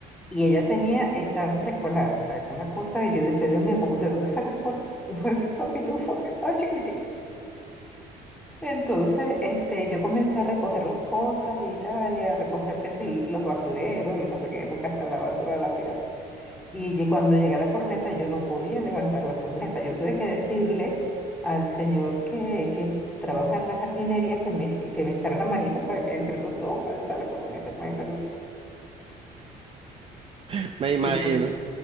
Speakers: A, in the centre; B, on the right (about 35°).
A: Y ella tenía, estaba en preescolar, o sea, una cosa, y yo decía, Dios mío, ¿cómo de dónde sacas fuer- <laughs> fuerza esa pitufa que está chiquitica? Entonces, este, yo comencé a recoger las cosas y tal, y a recoger que si los basureros y no sé qué, porque hasta la basura la tiraba. Y lle- cuando llegué a la corneta, yo no podía levantar la corneta. Yo tuve que decirle al señor que, que trabaja en la jardinería que me, hici- que me echara la manito para que entre los dos alza la corneta, imagínate tú.
B: <laughs> me
A: Sí,
B: imagino.
A: por-